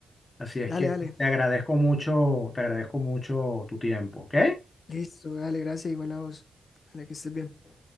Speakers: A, on the left (about 30°); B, on the left (about 50°).
A: así es
B: Dale,
A: que
B: dale.
A: te agradezco mucho, te agradezco mucho tu tiempo, ¿ok?
B: Listo, dale, gracias, igual a vos. Dale, que estés bien.